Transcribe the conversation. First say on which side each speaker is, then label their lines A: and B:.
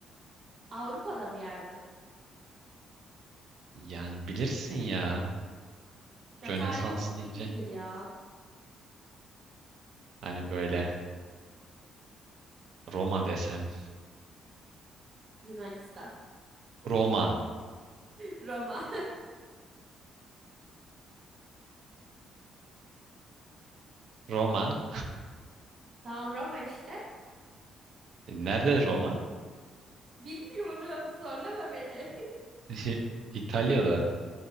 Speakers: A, on the right (about 45°); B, on the right (about 65°).
A: Avrupa'da bir yer mi?
B: Yani bilirsin ya.
A: Ya
B: Rönesans
A: tarihim çok
B: deyince
A: iyi değildir ya.
B: hani böyle Roma desem.
A: Yunanistan.
B: Roma.
A: <laughs> Roma.
B: Roma.
A: <laughs> Tamam Roma işte.
B: E, Nerede Roma?
A: Bilmiyorum. Zorlama beni.
B: <laughs> İtalya'da.